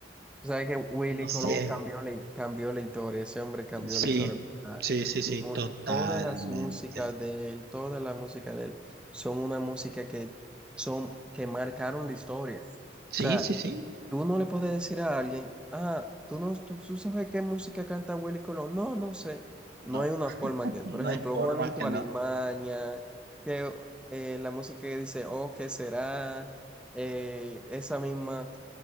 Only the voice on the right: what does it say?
no
sé,
sí,
sí, sí, sí,
totalmente.
Sí,
sí, sí,
no,
no
hay forma
que
no.